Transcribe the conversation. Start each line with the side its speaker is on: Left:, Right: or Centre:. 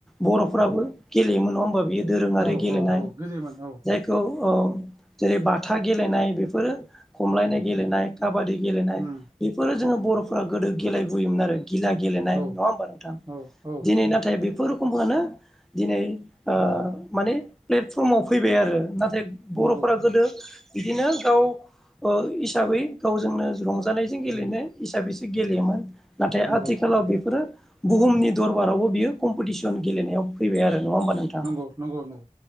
Centre: बर'फ्राबो गेलेयोमोन नङा होमबा बियो दोरोङारि
Right: औ
Centre: गेलेनाय
Right: औ औ गेलेयोमोन औ
Centre: जायखौ ओ जेरै बाथा गेलेनाय बेफोरो खमलायनाय गेलेनाय काबादि गेलेनाय
Right: उम
Centre: बेफोरो जोङो बर'फोरा गोदो गेलेबोयोमोन आरो गिला गेलेनाय
Right: औ
Centre: नङा होमबा नोंथां?
Right: औ औ
Centre: दिनै नाथाय बे फोर रोखोमआनो दिनै ओ माने प्लेटफर्माव फैबाय बर'फोरा
Right: नंगौ
Centre: गोदो बिदिनो गाव हिसाबै गावजोंनो रंजा जानायजों गेलेनाय
Right: उम
Centre: हिसाबैसो गेलेयोमोन नाथाय
Right: नंगौ
Centre: आथिखालाव बेफोरो बुहुमनि दरबारावबो बियो कम्पिटिसन गेलेनायाव फैबाय आरो। नङा होमबा नोंथां?
Right: नंगौ नंगौ नंगौ